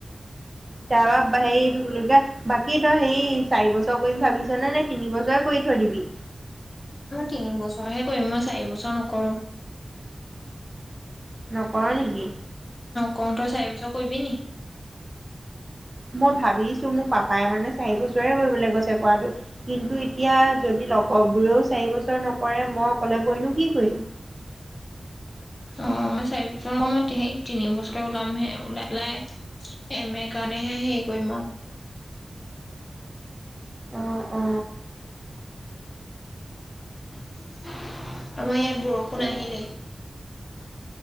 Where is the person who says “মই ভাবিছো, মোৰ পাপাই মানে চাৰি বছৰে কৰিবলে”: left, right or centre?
Right